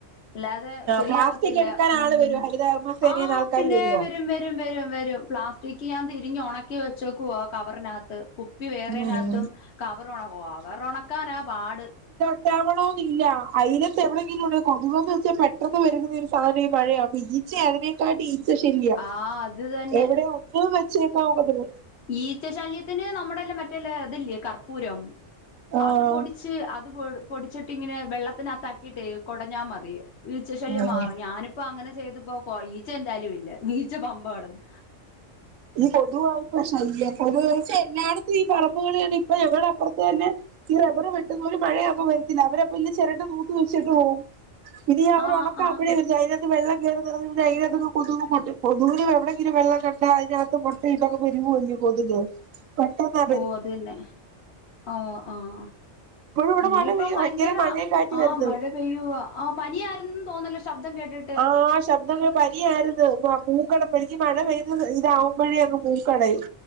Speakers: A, on the left; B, on the right.
A: അല്ലാതെ ശരിയാവത്തില്ല
B: പ്ലാസ്റ്റിക് എടുക്കാൻ
A: ഉം
B: ആള് വരുവോ ഹരിതകർമ്മ സേനേന്ന്
A: ആ
B: ആൾക്കാര്
A: പിന്നേ
B: വരുവോ
A: വരും വരും വരും വരും വരും പ്ലാസ്റ്റിക് ഞാൻ തിരിഞ്ഞ് ഒണക്കി വെച്ചക്കവാ കവറിനകത്ത് കുപ്പി വേറെതിനകത്തും
B: ഉം
A: കവർ കവറ് ഒണക്കാനാ പാട്
B: കിട്ടാവ <unintelligible> ണോ എന്നില്ല അയിലത്തു എവിടെയെങ്കിലും കൊതുക്ന്ന് വെച്ചാൽ പെട്ടെന്ന് പെരുകുന്ന ഒരു സാധനം ഈ മഴയാവുമ്പോ അപ്പൊ- ഈ ഈച്ച അതിനേക്കാട്ടീ ഈച്ച ശല്ല്യം
A: ആഹ് അത് തന്നെ
B: എവിടെ ഒന്നും വെച്ചേക്കാ നോക്കത്തില്ല
A: ഈച്ച ശല്യത്തിന് നമ്മുടെയില്ലേ മറ്റേയില്ല ഇതില്ലിയോ കർപ്പൂരം
B: ആഹ്
A: അത് പൊടിച്ച് അത് പൊ പൊടിച്ചിട്ട് ഇങ്ങനെ വെള്ളത്തിനകത്താക്കിട്ട് കൊടഞ്ഞാ മതി ഈച്ച ശല്യം
B: ആഹ്
A: മാറും ഞാനിപ്പോ അങ്ങനെ ചെയ്തിപ്പോ ഈച്ച എന്തായാലും ഇല്ല. ഈച്ച പമ്പ കടന്ന്
B: ഈ കൊതുവാവുമ്പോ ശല്ല്യം കൊതു എല്ലായിടത്തും ഈ പറമ്പുകളെയാണ് ഇപ്പൊ ഞങ്ങളടെ അപ്പുറത്ത് തന്നെ- ഈ റബ്ബറ് വെട്ടുന്നോര് മഴയാവുമ്പോ വരത്തില്ല അവരപ്പ ഇന്ന് ചിരട്ട നൂത്ത് വെച്ചിട്ട് പോവും ഇനി അവര്
A: ആഹ്
B: ഒണക്കയുമ്പോഴെ
A: ആഹ്
B: വരും- ത് വെള്ളം കയ <unintelligible> റി അയ്യിലന്ന് കൊതുട്ട കൊതുകിന് എവിടെങ്കിലും ഒരു വെള്ളം കണ്ടാ - അതിനകത്ത് മൊട്ടയിട്ട് അങ്ങ് പെരുകൂല്ലേ കൊതുക് പെട്ടെന്ന്-
A: ഓഹ് അത് തന്നെ ആഹ് ആഹ്
B: ഇപ്പോഴും ഇവിടെ
A: പിന്നെയിപ്പ
B: മഴ പെയ്യും
A: ഭയങ്കര
B: മഴയും കാറ്റും
A: ആ
B: ആയിരുന്നു
A: മഴ- പെയ്യുവാ ആ പനിയായിരുന്ന് തോന്നുവല്ലോ ശബ്ദം കേട്ടിട്ട്
B: ആഹ് ശബ്‌- എന്തോന് പനിയായിരുന്നു മൂക്കടപ്പ് എനിക്ക് മഴ പെയ്യുന്ന ഇതാവുമ്പോഴേ അങ് മൂക്കടയും